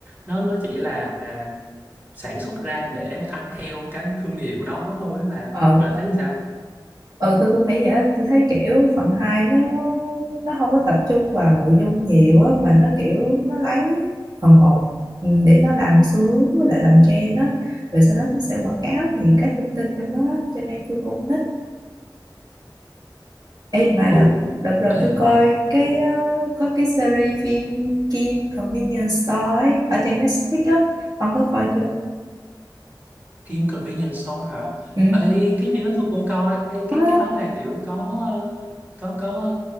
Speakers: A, on the right; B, on the right.
A: nó nó chỉ là à, sản xuất ra để ăn theo cái thương hiệu đó thôi ấy. và
B: ờ
A: và thấy sao
B: ờ tôi cũng nghĩ vậy á tôi thấy kiểu phần 2 nó nó không có tập trung vào nội dung nhiều á mà nó kiểu nó lấy phần 1 để nó làm xu hướng với lại làm trend á rồi sau đó nó sẽ quảng cáo nhiều cái linh tinh trong đó á. cho nên tôi cũng không thích Ê mà
A: ừ
B: đợt đợt rồi
A: Ê,
B: tôi coi cái
A: ừ, ừ.
B: ờ, có cái series phim Kim Convenience Store ấy, ở trên Netflix á, ông có coi chưa?
A: Kim Convenience Store hả
B: Ừ.
A: Ê, cái phim đó tôi cũng coi Ê, cái
B: À,
A: cái đó là kiểu có ờ, có có